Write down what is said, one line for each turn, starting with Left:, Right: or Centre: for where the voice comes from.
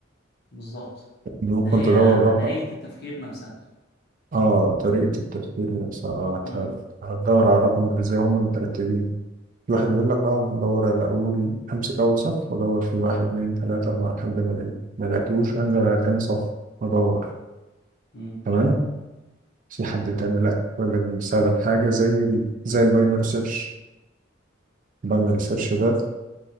Left: بالظبط
Right: ممكن
Left: اللي هي
Right: تدور رقم
Left: عمليه التفكير نفسها
Right: اه طريقه التفكير نفسها اه
Left: امم
Right: هت- هتدور على الرقم ده ازاي هما مترتبين في واحد يقول لك اه انا هدور على اول امسك اول صف وادور في واحد اتنين تلاته اربعه لحد ما الاقي ما لقيتوش انزل على تاني صف وادور
Left: امم
Right: تمام في حد تاني لا يقول لك بنساعدك بحاجة زي ال... زي الباينري سيرش الباينري سيرش ده